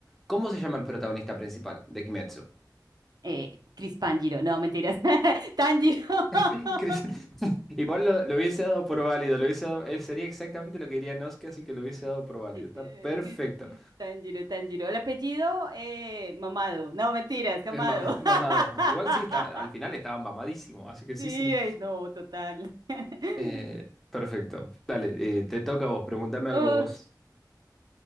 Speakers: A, in the centre; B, on the right (about 65°).
A: ¿Cómo se llama el protagonista principal de Kimetsu?
B: Eh, Chris Pangiro. No, mentiras. <laughs> Tanjiro. <laughs>
A: <laughs> Chris- Igual lo, lo hubiese dado por válido, lo hubiese dado, él sería exactamente lo que diría Noske, así que lo hubiese dado por válido. Está
B: Eh,
A: perfecto.
B: Cris- Cris- Tanjiro, Tanjiro. El apellido, eh, Mamado. No, mentiras, Camado.
A: Es ma- <laughs> mamado.
B: <laughs>
A: Igual sí, está, al final estaba mamadísimo, así que sí,
B: Sí,
A: sí.
B: ay, no, total. <laughs>
A: Eh, perfecto. Dale, eh, te toca a vos, pregúntame algo
B: Ok.
A: vos.